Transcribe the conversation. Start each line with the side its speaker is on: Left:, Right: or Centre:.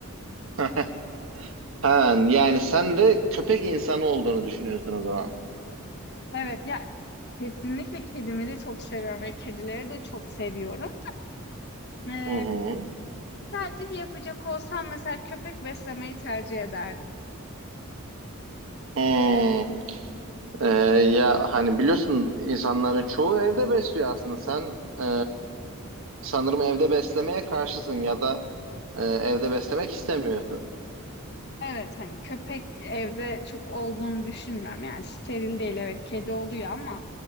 Right: <laughs> Ha, yani sen de köpek insanı olduğunu düşünüyorsun o zaman.
Left: Evet ya kesinlikle kedimi de çok seviyorum ve kedileri de çok seviyorum. Ee,
Right: Hı hı.
Left: tercih yapacak olsam mesela köpek beslemeyi tercih ederdim.
Right: Hı. Ee, ya hani biliyorsun insanların çoğu evde besliyor aslında. Sen e, sanırım evde beslemeye karşısın ya da e, evde beslemek istemiyorsun.
Left: Evet hani köpek evde çok olduğunu düşünmüyorum yani steril değil evet kedi oluyor ama